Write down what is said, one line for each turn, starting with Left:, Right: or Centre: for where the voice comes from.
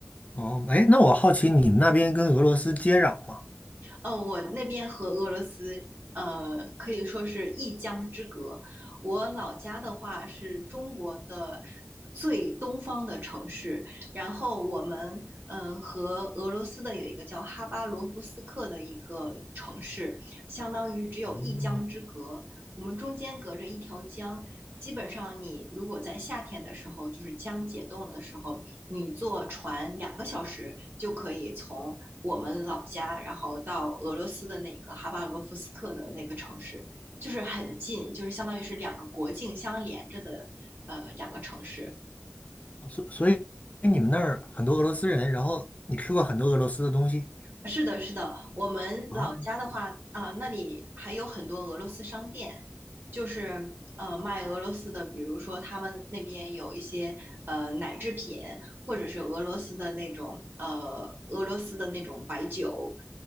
Left: 哦，哎，那我好奇你们那边跟俄罗斯接壤吗？
Right: 呃，我那边和俄罗斯呃可以说是一江之隔。我老家的话是中国的最东方的城市，然后我们嗯、呃和俄罗斯的有一个叫哈巴罗夫斯克的一个城市，相当于只有一江之隔。
Left: 嗯，
Right: 我们中间隔着一条江，基本上你如果在夏天的时候，就是江解冻了的时候，你坐船两个小时就可以从我们老家，然后到俄罗斯的那个哈巴罗夫斯克的那个城市，就是很近，就是相当于是两个国境相连着的呃两个城市。
Left: 所所以你们那儿很多俄罗斯人，然后你吃过很多俄罗斯的东西
Right: 是的，是的，我们老家的话，
Left: 啊？
Right: 啊、那里还有很多俄罗斯商店，就是呃卖俄罗斯的，比如说他们那边有一些呃奶制品，或者是俄罗斯的那种呃俄罗斯的那种白酒，